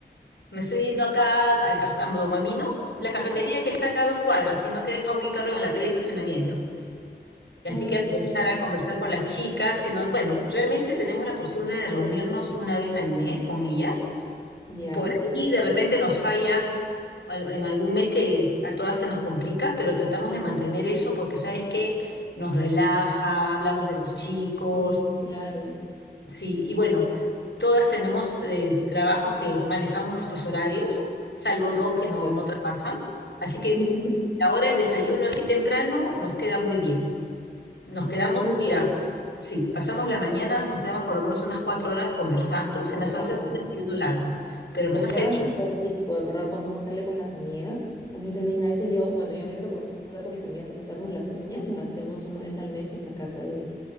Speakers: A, on the left; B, on the left.
A: Me estoy yendo acá al café, a Domamino, la cafetería que está acá a dos cuadras, sino que he dejado mi carro en la playa de estacionamiento. Y así
B: Ah,
A: que aprovechar
B: qué rico.
A: a conversar con las chicas, que no, bueno, realmente tenemos la costumbre de reunirnos una vez al mes con ellas
B: ¿Ya?
A: Por ahí de repente nos falla al- en algún mes que a todas se nos complica, pero tratamos de mantener eso porque sabes que nos relaja, hablamos de los chicos,
B: Sí, claro.
A: sí, y bueno, todas tenemos eh, trabajos que manejamos nuestros horarios, salvo dos que
B: Súper.
A: no, no trabajan, así que
B: Ujú.
A: ahora el desayuno así temprano nos queda muy bien. Nos
B: Ay,
A: quedamos,
B: súper.
A: mira, sí, pasamos la mañana, nos quedamos por lo menos unas cuatro horas conversando, se nos
B: Wow.
A: hace un desayuno largo, pero nos
B: En
A: hace
B: verdad
A: bien.
B: es súper rico, en verdad cuando uno sale con las amigas, a mí también a veces yo, bueno, yo a mí lo que me gusta hacer con mis amigas es hacernos las uñas, nos las hacemos una vez al mes en la casa de,